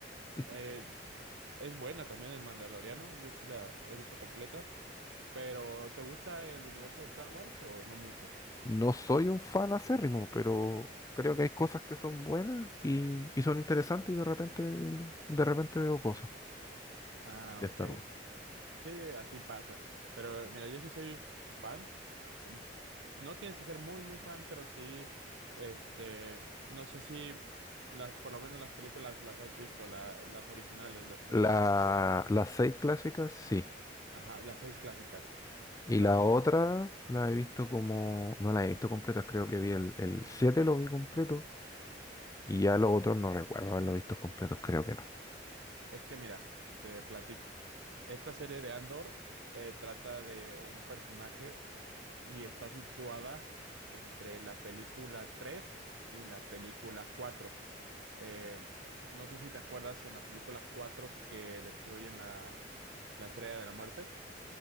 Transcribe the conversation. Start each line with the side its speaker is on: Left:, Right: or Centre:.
Right: Eh,
Left: <laughs>
Right: es buena también el Mandaloriano, yo sí la he visto completa, pero ¿te gusta el universo de Star Wars o no mucho?
Left: No soy un fan acérrimo, pero creo que hay cosas que son buenas y, y son interesantes y de repente, de repente veo cosas.
Right: Ah,
Left: Ya
Right: ok.
Left: está Wars.
Right: Sí, así pasa. Pero mira, yo sí soy fan. Em, No tienes que ser muy, muy fan, pero sí, este, no sé si las, por lo menos las películas las has visto, la- las originales, las tres,
Left: La,
Right: la cuatro,
Left: las seis clásicas, sí.
Right: ajá, las seis clásicas. Sí
Left: Y
Right: las
Left: la
Right: has
Left: otra
Right: visto.
Left: la he visto como... No la he visto completa, creo que vi el, el 7 lo vi completo. Y ya los otros no recuerdo haberlo visto completos, creo que no.
Right: Es que mira, te platico. Esta serie de Andor eh, trata de un personaje y está situada entre la película 3 y la película 4. Eh, no sé si te acuerdas en la película 4 que destruyen la, la Estrella de la Muerte.